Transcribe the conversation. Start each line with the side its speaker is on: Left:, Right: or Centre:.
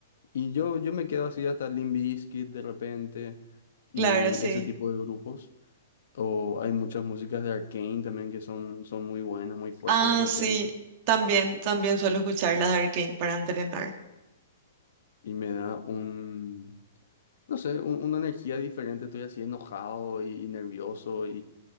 Left: Y yo, yo me quedo así hasta Limp Bizkit de repente y
Right: Claro, sí.
Left: ese tipo de grupos. O hay muchas músicas de Arcane también que son, son muy buenas, muy fuertes
Right: Ah,
Left: de repente.
Right: sí, también, también suelo escuchar las de Arcane para entrenar.
Left: y me da un, no sé, un- una energía diferente. Estoy así enojado y, y nervioso y,